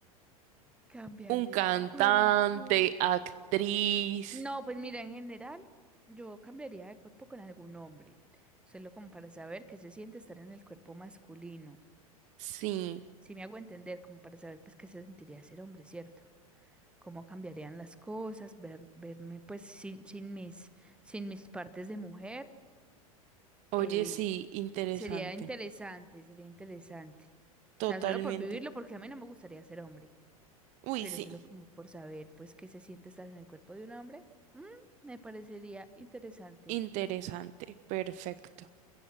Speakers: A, in the centre; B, on the right.
A: Cambiar
B: ¿Un
A: de
B: cantante,
A: cuerpo.
B: actriz?
A: No, pues mira, en general, yo cambiaría de cuerpo con algún hombre, solo como para saber qué se siente estar en el cuerpo masculino.
B: Sí.
A: Si me hago entender, como para saber pues qué se sentiría ser hombre, ¿cierto? Cómo cambiarían las cosas, ver, verme pues sin, sin mis, sin mis partes de mujer,
B: Oye,
A: eh,
B: sí, interesante.
A: sería interesante, sería interesante.
B: Totalmente.
A: O sea, solo por vivirlo, porque a mí no me gustaría ser hombre,
B: Uy,
A: pero
B: sí,
A: solo como por saber pues qué se siente estar en el cuerpo de un hombre, mm, me parecería interesante.
B: interesante. Perfecto.